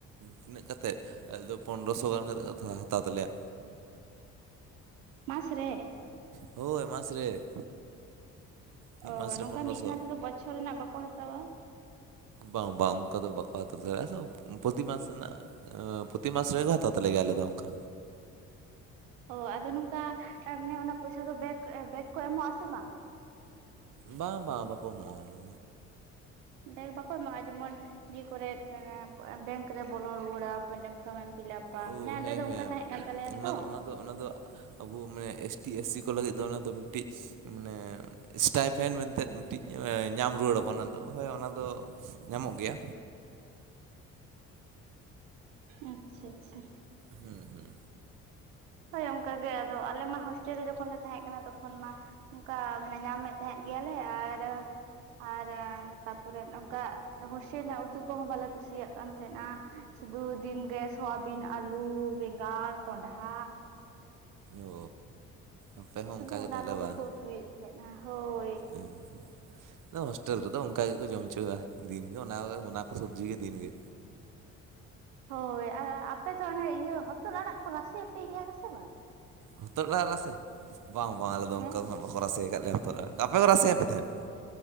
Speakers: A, on the right; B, on the right.
A: ᱛᱤᱱᱟᱹᱜ ᱠᱟᱛᱮᱫ ᱟᱞᱮ ᱫᱚ ᱯᱚᱱᱰᱨᱚ ᱥᱚ ᱜᱟᱱ ᱠᱟᱛᱮᱫ ᱠᱚ ᱦᱟᱛᱟᱣ ᱛᱟᱞᱮᱭᱟ᱾
B: ᱢᱟᱥ ᱨᱮ
A: ᱦᱳᱭ ᱢᱟᱥ ᱨᱮ ᱢᱤᱫ
B: ᱚ
A: ᱢᱟᱥ ᱨᱮ
B: ᱱᱚᱝᱠᱟ
A: ᱯᱚᱱᱨᱚᱥᱚ
B: ᱢᱤᱫ ᱥᱟᱶ ᱛᱮᱫᱚ ᱵᱚᱪᱷᱚᱨ ᱨᱮᱱᱟᱜ ᱵᱟᱠᱚ ᱦᱟᱛᱟᱣᱟ
A: ᱵᱟᱝ ᱵᱟᱝ ᱚᱱᱠᱟ ᱫᱚ ᱵᱟᱠᱚ ᱦᱟᱛᱟᱣ ᱫᱟᱲᱮᱭᱟᱜᱼᱟ ᱥᱮ ᱯᱨᱚᱛᱤᱢᱟᱟᱥ ᱨᱮᱱᱟᱜ ᱯᱨᱩᱛᱤ ᱢᱟᱥ ᱨᱮᱚ ᱦᱟᱛᱟᱣ ᱛᱟᱞᱮ ᱜᱮ ᱟᱞᱮ ᱫᱚ ᱚᱱᱠᱟ
B: ᱚ ᱟᱫᱚ ᱱᱚᱝᱠᱟ ᱚᱱᱟ ᱯᱚᱭᱥᱟ ᱫᱚ ᱵᱮᱠ ᱵᱮᱠ ᱠᱚ ᱮᱢᱚᱜ ᱟᱥᱮ ᱵᱟᱝ?
A: ᱵᱟᱝ ᱵᱟᱝ ᱵᱟᱠᱚ ᱮᱢᱚᱜᱼᱟ ᱚᱱᱟ ᱦᱚᱸ
B: ᱵᱮᱜᱽ ᱵᱟᱠᱚ ᱮᱢᱟᱜᱼᱟ ᱡᱮᱢᱚᱱ ᱤᱭᱟᱹ ᱠᱚᱨᱮᱫ ᱵᱮᱝᱠ ᱨᱮ ᱵᱚᱞᱚ ᱨᱩᱣᱟᱹᱲᱟ <unintelligible> ᱯᱷᱨᱚᱢ ᱮᱢ ᱯᱷᱤᱞᱟᱯᱟ
A: ᱳ
B: ᱢᱟᱱᱮ ᱟᱞᱮ
A: ᱦᱮᱸ
B: ᱫᱚ
A: ᱦᱮᱸ
B: ᱚᱱᱠᱟ ᱛᱟᱦᱮᱸ ᱠᱟᱱ ᱛᱟᱞᱮᱭᱟ
A: ᱚᱱᱟ
B: ᱛᱚ
A: ᱫᱚ ᱚᱱᱟ ᱫᱚ ᱚᱱᱟ ᱫᱚ ᱟᱵᱚ ᱢᱟᱱᱮ ᱮᱥ ᱴᱤ, ᱮᱥ ᱥᱤ ᱠᱚ ᱞᱟᱹᱜᱤᱫ ᱫᱚ ᱚᱱᱟ ᱫᱚ ᱢᱤᱫᱴᱤᱡ ᱢᱟᱱᱮ ᱥᱴᱟᱭᱯᱷᱮᱱ ᱢᱮᱱᱛᱮᱫ ᱢᱤᱫᱴᱤᱡ ᱧᱟᱢ ᱨᱩᱣᱟᱹᱲ ᱟᱵᱚᱱ ᱟᱫᱚ ᱦᱳᱭ ᱚᱱᱟᱫᱚ ᱧᱟᱢᱚᱜ ᱜᱮᱭᱟ᱾
B: ᱟᱪᱪᱷᱟ ᱟᱪᱪᱷᱟ
A: ᱦᱩᱸ ᱦᱩᱸ
B: ᱦᱳᱭ ᱚᱱᱠᱟ ᱜᱮ ᱟᱫᱚ ᱟᱞᱮ ᱢᱟ ᱦᱳᱥᱴᱮᱞ ᱨᱮ ᱡᱚᱠᱷᱚᱱ ᱞᱮ ᱛᱟᱦᱮᱸ ᱠᱟᱱᱟ ᱛᱚᱠᱷᱚᱱ ᱢᱟ ᱚᱱᱠᱟ ᱢᱟᱱᱮ ᱧᱟᱢᱮᱫ ᱛᱟᱦᱮᱸᱫ ᱜᱮᱭᱟᱞᱮ ᱟᱨ ᱟᱨ ᱛᱟᱨᱯᱚᱨᱮ ᱱᱚᱝᱠᱟ ᱦᱳᱥᱴᱮᱞ ᱨᱮᱱᱟᱜ ᱩᱛᱩ ᱠᱚᱦᱚᱸ ᱵᱟᱞᱮ ᱠᱩᱥᱤᱭᱟᱜ ᱠᱟᱱ ᱛᱟᱦᱮᱱᱟ᱾ ᱥᱩᱫᱩ ᱫᱤᱱᱜᱮ ᱥᱳᱣᱟᱵᱤᱱ ᱟᱹᱞᱩ ᱵᱮᱸᱜᱟᱲ ᱠᱚᱸᱰᱷᱟ
A: ᱚᱻ ᱟᱯᱮ ᱦᱚᱸ
B: ᱥᱩᱫᱷᱩ
A: ᱚᱱᱠᱟ ᱜᱮ
B: ᱚᱱᱟ
A: ᱛᱟᱦᱞᱮ
B: ᱠᱚᱜᱮ
A: ᱵᱟᱝ?
B: ᱠᱚ ᱩᱛᱩᱭᱮᱫ ᱛᱟᱦᱮᱸᱱᱟ ᱦᱳᱭ
A: ᱤᱧ ᱟᱫᱚ ᱦᱳᱥᱴᱮᱞ ᱨᱮᱫᱚ ᱚᱱᱠᱟ ᱜᱮ ᱠᱚ ᱡᱚᱢ ᱦᱚᱪᱚᱣᱟ ᱫᱤᱱᱜᱮ ᱚᱱᱟ ᱚᱱᱟᱠᱚ ᱥᱚᱵᱡᱤ ᱜᱮ ᱫᱤᱱᱜᱮ
B: ᱦᱚᱭ ᱟᱨ ᱟᱯᱮ ᱫᱚ ᱚᱱᱮ ᱤᱭᱟᱹ ᱦᱚᱛᱚᱫ ᱟᱲᱟᱜ ᱠᱚ ᱨᱟᱥᱮ ᱟᱯᱮ ᱜᱮᱭᱟ ᱠᱚ ᱥᱮ ᱵᱟᱝ
A: ᱦᱚᱛᱚᱫ ᱟᱲᱟᱜ ᱨᱟᱥᱮ? ᱵᱟᱝ ᱵᱟᱝ ᱟᱞᱮ ᱫᱚ
B: ᱦᱮᱸ
A: ᱚᱱᱠᱟ ᱫᱚ ᱦᱟᱸᱜ ᱵᱟᱠᱚ ᱨᱟᱥᱮ ᱟᱠᱟᱫ ᱞᱮᱭᱟ ᱦᱚᱛᱚᱫ ᱟᱲᱟᱜ, ᱟᱯᱮ ᱠᱚ ᱨᱟᱥᱮᱭᱟᱜ ᱯᱮ ᱛᱟᱦᱮᱸᱫ?